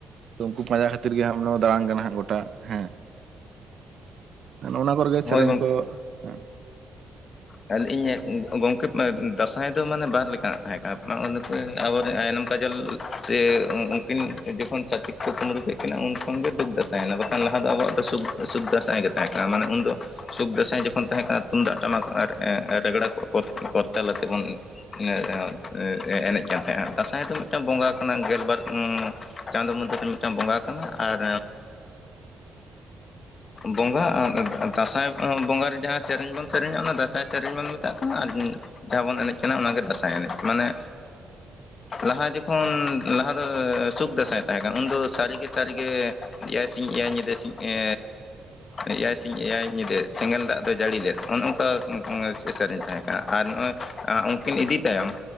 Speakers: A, on the right; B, on the left.
A: ᱛᱚ ᱩᱱᱠᱩ ᱯᱟᱸᱡᱟ ᱠᱷᱟᱹᱛᱤᱨ ᱜᱮ ᱦᱜ ᱫᱟᱬᱟᱱ ᱠᱟᱱᱟ ᱦᱟᱸᱜ ᱜᱳᱴᱟ ᱦᱮᱸ ᱚᱱᱟ ᱠᱚᱨᱮᱜᱮ
B: ᱦᱳᱭ
A: ᱥᱮᱨᱮᱧ ᱠᱚ ᱦᱮᱸ
B: ᱤᱧ ᱜᱚᱝᱠᱮ ᱫᱟᱸᱥᱟᱭ ᱫᱚ ᱢᱟᱱᱮ ᱵᱟᱨ ᱞᱮᱠᱟᱱᱟᱜ ᱛᱟᱦᱮᱸᱠᱟᱱᱟ ᱟᱵᱚᱨᱮᱱ ᱟᱭᱱᱚᱢ ᱠᱟᱡᱚᱞ ᱥᱮ ᱩᱱᱠᱤᱱ ᱡᱚᱠᱷᱚᱱ ᱪᱷᱟᱛᱤᱠ ᱠᱚ ᱛᱢᱲᱩ ᱠᱤ ᱩᱱ ᱠᱷᱚᱱ ᱜᱮ ᱫᱩᱠ ᱫᱟᱸᱟᱭᱱᱟ ᱵᱟᱠᱷᱟᱱ ᱞᱟᱦᱟ ᱫᱚ ᱟᱵᱚᱣᱟᱜ ᱫᱚ ᱥᱩᱠ ᱥᱩᱠ ᱫᱟᱸᱟᱥᱟᱸᱟᱭ ᱜᱮ ᱛᱟᱦᱮᱸ ᱠᱟᱱᱟ ᱢᱟᱱᱮ ᱩᱱᱫᱚ ᱥᱩᱠ ᱫᱟᱸᱥᱟᱭ ᱡᱚᱠᱷᱚᱱ ᱛᱟᱦᱮᱸ ᱠᱟᱱᱟ ᱛᱩᱢᱫᱟᱜ ᱴᱟᱢᱟᱠ ᱨᱮᱜᱽᱲᱟ ᱠᱚ ᱠᱚᱨᱛᱟᱞᱛᱮ ᱵᱚᱱ ᱮᱱᱮᱡ ᱠᱟᱱ ᱛᱟᱦᱮᱸᱱᱟ ᱫᱟᱸᱥᱟᱭ ᱫᱚ ᱢᱤᱫᱴᱟᱱ ᱵᱚᱸᱜᱟ ᱠᱟᱱᱟ ᱜᱮᱞᱵᱟᱨ ᱪᱟᱸᱫᱚᱳ ᱢᱚᱱᱫᱤᱨ ᱨᱮ ᱢᱤᱫᱴᱟᱱ ᱵᱚᱸᱜᱟ ᱠᱟᱱᱟ ᱟᱨ ᱵᱚᱸᱜᱟ ᱫᱟᱸᱥᱟᱭ ᱵᱚᱸᱜᱟᱨᱮ ᱡᱟᱦᱟᱸ ᱥᱮᱨᱮᱧ ᱵᱚᱱ ᱥᱮᱨᱮᱧᱟ ᱚᱱᱟ ᱫᱟᱸᱥᱟᱭ ᱪᱟᱴᱟᱹᱨᱤ ᱵᱟᱹᱱᱩᱜ ᱠᱟᱱᱟ ᱛᱟᱢᱟ ᱟᱨ ᱠᱤ ᱡᱟᱦᱟᱸ ᱵᱚᱱ ᱮᱱᱮᱡ ᱠᱟᱱᱟ ᱚᱱᱟᱜᱮ ᱫᱟᱸᱥᱟᱭ ᱮᱱᱮᱡ ᱢᱟᱱᱮ ᱞᱟᱦᱟ ᱡᱚᱠᱷᱚᱱ ᱞᱟᱦᱟ ᱫᱚ ᱥᱩᱠ ᱫᱟᱸᱥᱟᱭ ᱛᱟᱦᱮᱸ ᱠᱟᱱᱟ ᱩᱱᱫᱚ ᱥᱟᱹᱨᱤᱜᱮ ᱥᱟᱹᱨᱤᱜᱮ ᱮᱟᱭ ᱥᱤᱧ ᱮᱭᱟᱭ ᱧᱤᱫᱟᱹ ᱥᱤᱧ ᱮ ᱮᱟᱭ ᱥᱤᱧ ᱮᱭᱟᱭ ᱧᱤᱫᱟᱹ ᱥᱮᱸᱜᱮᱞ ᱫᱟᱜ ᱫᱚ ᱡᱟᱹᱲᱤ ᱞᱮᱫ ᱚᱱᱮ ᱚᱱᱠᱟ ᱥᱮᱨᱮᱧ ᱛᱟᱦᱮᱸ ᱠᱟᱱᱟ ᱟᱨ ᱱᱚᱜᱼᱚᱭ ᱩᱱᱠᱤᱱ ᱤᱫᱤ ᱛᱟᱭᱚᱢ